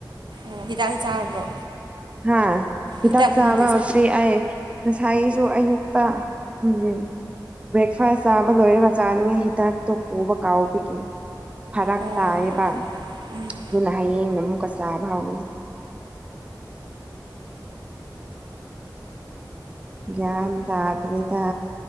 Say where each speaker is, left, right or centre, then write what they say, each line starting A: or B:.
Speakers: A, on the right; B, on the right.
A: ꯑꯣ ꯍꯤꯗꯥꯛ ꯆꯥꯔꯕ꯭ꯔꯣ
B: ꯍꯥ ꯍꯤꯗꯥꯛ
A: ꯍꯤꯗꯥꯛꯀꯨꯝꯕꯗꯤ
B: ꯆꯥꯕ
A: ꯆꯥ
B: ꯍꯧꯗ꯭ꯔꯤ ꯑꯩ ꯉꯁꯥꯏ ꯗꯨ ꯑꯌꯨꯛꯇ ꯎꯝ ꯎꯝ ꯕ꯭ꯔꯦꯛꯐꯥꯁ ꯆꯥꯕ ꯂꯣꯏꯔꯒ ꯆꯥꯅꯤꯉꯩ ꯍꯤꯗꯥꯛꯇꯣ ꯄꯨꯕ ꯀꯥꯎꯕꯒꯤ ꯐꯔꯛ
A: ꯑꯣ
B: ꯇꯥꯏꯌꯦꯕ
A: ꯎꯝ
B: ꯑꯗꯨꯅ ꯍꯌꯦꯡꯅ ꯑꯃꯨꯛꯀ ꯆꯥꯕ ꯥꯃꯍꯥꯎꯒꯅꯤ ꯒ꯭ꯌꯥꯟ ꯇꯥꯗ꯭ꯔꯦ ꯗꯥ